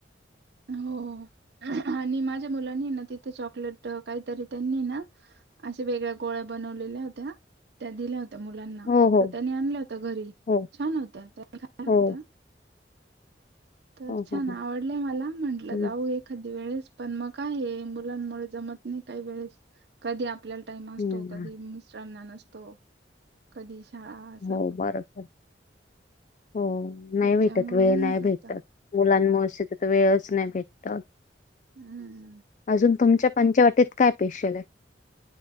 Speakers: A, on the right (about 65°); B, on the left (about 45°).
A: हो आणि माझ्या मुलांनी ना तिथे चॉकलेट काहीतरी त्यांनी ना अशा वेगळ्या गोळ्या बनवलेल्या होत्या त्या दिल्या होत्या त्या मुलांना,
B: हो हो
A: तर त्यांनी आणल्या होत्या घरी,
B: हो
A: छान होत्या. त्यानी आणल्या
B: हो
A: होत्या. तर
B: हो
A: छान
B: हो हो
A: आवडल्या मला, म्हंटलं
B: हम्म
A: जाऊ एखाद वेळेस. पण मग काय आहे मुलांनमुळे जमत नाही काही वेळेस ह. कधी आपल्याला टाइम असतो
B: हम्म
A: कधी मिस्टरांना नसतो, कधी शाळा असं
B: हो बरोबर, हो नाही
A: त्याच्यामुळे
B: भेटत वेळ
A: होऊन
B: नाही
A: जात
B: भेटत. मुलांमुळे सतत वेळच नाही भेटत.
A: हम्म
B: अजून तुमच्यात पंचवटीत काय पेशल आहे?